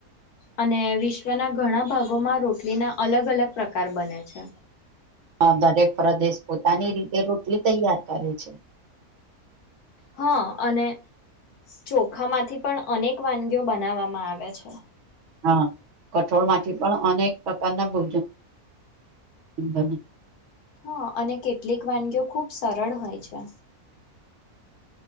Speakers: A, on the left; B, on the right.
A: અને વિશ્વના ઘણા ભાગોમાં રોટલીના અલગ અલગ પ્રકાર બને છે
B: હ દરેક પ્રદેશ પોતાની રીતે રોટલી તૈયાર કરે છે
A: હા અને ચોખામાંથી પણ અનેક વાનગીઓ બનાવવામાં આવે છે
B: હા કઠોળ માંથી પણ અક પ્રકારના ભોજન બ
A: હા અને કેટલીક વાનગીઓ ખુબ સરળ હોય છે